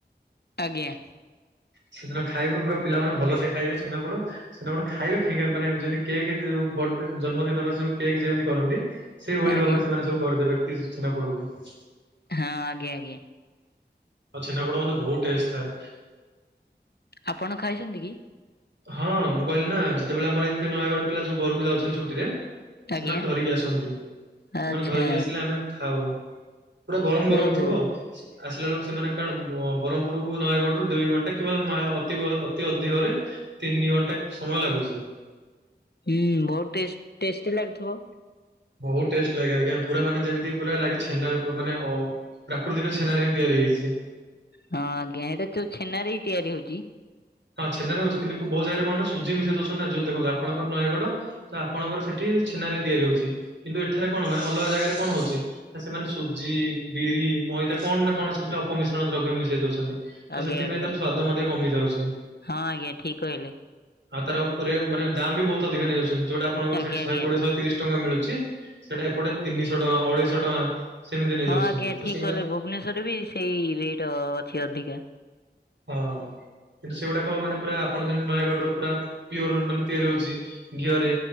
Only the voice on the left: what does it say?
ଆଜ୍ଞା।
ଆଜ୍ଞା ଆଜ୍ଞା
ହଁ ଆଜ୍ଞା ଆଜ୍ଞା।
ଆପଣ ଖାଇଛନ୍ତି କି?
ଆଜ୍ଞା
ଆଚ୍ଛା
ଓହୋ
ହୁଁ ବହୁତ୍ ଟେଷ୍ଟ ଟେଷ୍ଟ ଲାଗୁଥିବ।
ହଁ ଆଜ୍ଞା ଏଇଟା ତୋ ଛେନାରେ ହିଁ ତିଆରି ହୋଉଚି।
ଆଜ୍ଞା
ଆଜ୍ଞା
ହଁ ଆଜ୍ଞା ଠିକ୍ କହିଲେ।
ଆଜ୍ଞା
ଆଜ୍ଞା
ହଁ ଆଜ୍ଞା
ଠିକ୍
କହିଲେ ଭୁବନେଶ୍ଵରରେ ବି ସେଇ ରେଟ୍ ଅଛି ଅଧିକା।